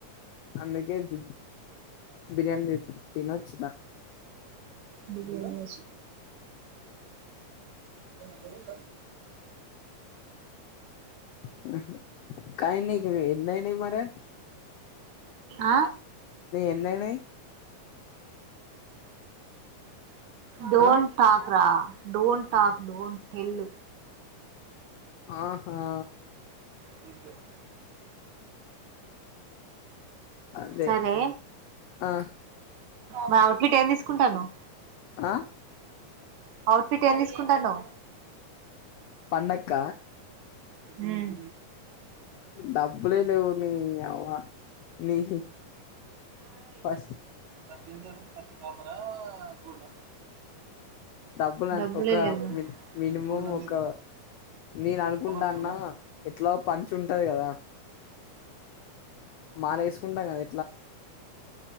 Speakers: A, on the left; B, on the right.
A: అందుకే బి బిర్యానీ తి తినొచ్చిన
B: బిర్యానీ తినొచ్
A: <unintelligible> కానీ నీకు ఏన్నాయినయ్ మరె
B: అ
A: ఎన్నయినాయి
B: డోన్
A: ఆ
B: ఠాక్ రా డోం టక్ డట్ టేల్
A: ఆహా
B: తిస్ కొత్
A: అదే
B: సరే
A: ఆ
B: మా అవుట్ఫిట్ ఏం తీసుకుంటనవ్
A: ఆ
B: అవుట్ఫిట్ ఏం తీసుకుంటానవ్
A: పండక్క
B: ఉమ్
A: డబ్బులే లేవ్ నీ అవ్వా నీహి ఫష్
B: ఫస్ట్ ఎంటిదటా ఫస్ట్ టపరా గోల్డా
A: డబ్బులు
B: డబ్బులే
A: ఒక
B: లేవ్వ
A: మి మినిమం
B: ఉమ్
A: ఒక నేను అనుకుంటాన్నా
B: ఉమ్
A: ఎట్లా పంచి ఉంటది కదా మాలేసుకుంటాం కదా